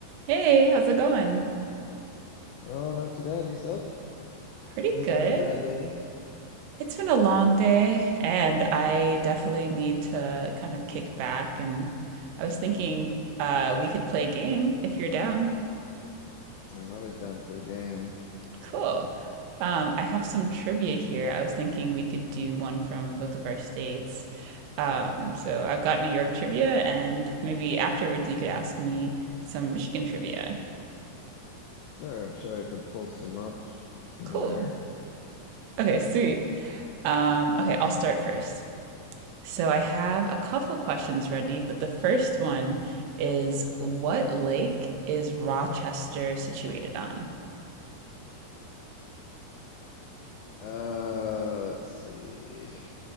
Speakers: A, on the right; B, on the left.
A: Hey, how's it going?
B: Oh, not too bad yourself.
A: Pretty
B: Hasn't
A: good.
B: been a bad day.
A: It's been a long day, and I definitely need to kind of kick back. And I was thinking uh, we could play a game if you're down.
B: I'm always down for a game.
A: Cool. Um, I have some trivia here. I was thinking we could do one from both of our states. Um, so I've got New York trivia, and maybe afterwards you could ask me some Michigan trivia.
B: Sure, I'm sure I could pull some up somewhere.
A: Cool. Okay, sweet. Um, okay, I'll start first. So I have a couple questions ready, but the first one is what lake is Rochester situated on?
B: Uh, let's see.